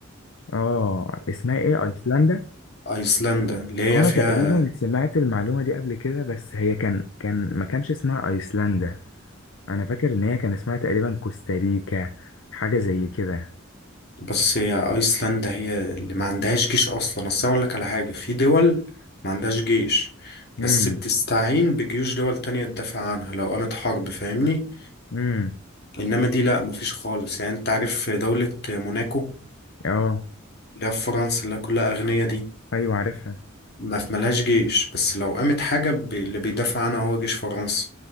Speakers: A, on the left; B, on the left.
A: اه اسمها ايه ايسلندا
B: وأيسلندا اللي هي
A: انا
B: فيها
A: تقريبا سمعت المعلومة دي قبل كده بس هي كان كان ما كانش اسمها ايسلندا انا فاكر ان هي كان اسمها تقريبا كوستاريكا حاجة زي كده
B: بس هي ايسلندا هي اللي ما عندهاش جيش اصلا اصل انا اقول لك على حاجه في دول ما عندهاش جيش
A: امم
B: بس بتستعين بجيوش دول تانية تدافع عنها لو قامت حرب فاهمني
A: امم
B: انما دي لا مفيش خالص يعني انت عارف في دولة موناكو
A: اه
B: اللي هي في فرنسا اللي كلها اغنية دي
A: ايوه عارفها
B: ما في ملهاش جيش بس لو قامت حاجة ب- اللي بيدافع عنها هو جيش فرنسا